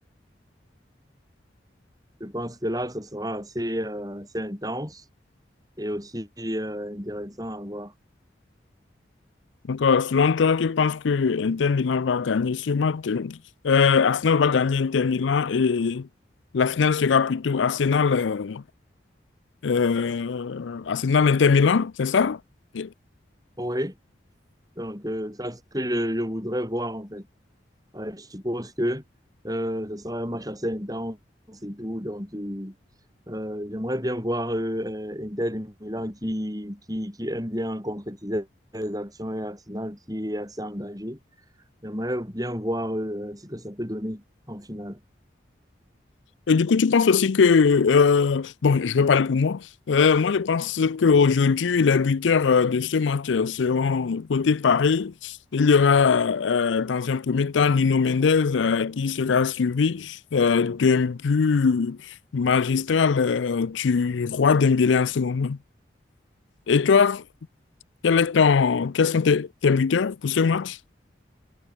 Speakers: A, on the right (about 20°); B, on the left (about 85°).
A: Je pense que là, ça sera assez, euh, assez intense et aussi euh, intéressant à voir.
B: Donc, euh, selon toi, tu penses que Inter Milan va gagner sûrement euh, euh, Arsenal va gagner Inter Milan et la finale sera plutôt Arsenal, euh, euh, Arsenal Inter Milan, c'est ça? Et-
A: Oui, donc euh, ça, c'est ce que je, je voudrais voir en fait. Ouais, je suppose que euh, ce sera un match assez intense et tout, donc euh, Euh, j'aimerais bien voir euh, euh, Inter de Milan qui, qui, qui aime bien concrétiser les actions et Arsenal qui est assez engagé. J'aimerais bien voir euh, ce que ça peut donner en finale.
B: Et du coup, tu penses aussi que, euh, bon, je vais parler pour moi. Euh, moi, je pense qu'aujourd'hui, les buteurs euh, de ce match euh, seront côté Paris. Il y aura euh, dans un premier temps Nuno Mendes euh, qui sera suivi euh, d'un but magistral euh, du roi Dembélé en ce moment. Et toi? Quel est ton- quels sont tes, tes buteurs pour ce match?